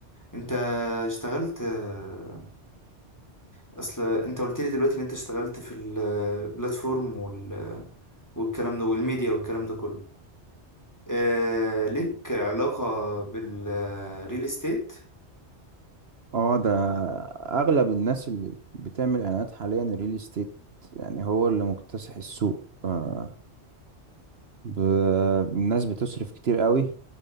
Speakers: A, on the left; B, on the right.
A: انت اشتغلت آه، اصل انت قلت لي دلوقتي ان انت اشتغلت في البلاتفورم وال آه، والكلام ده والميديا والكلام ده كله آه ليك علاقة بالريل استيت
B: اه ده اغلب الناس اللي بتعمل اعلانات حاليا الريل استيت يعني هو اللي مكتسح السوق أه ب... الناس بتصرف كتير قوي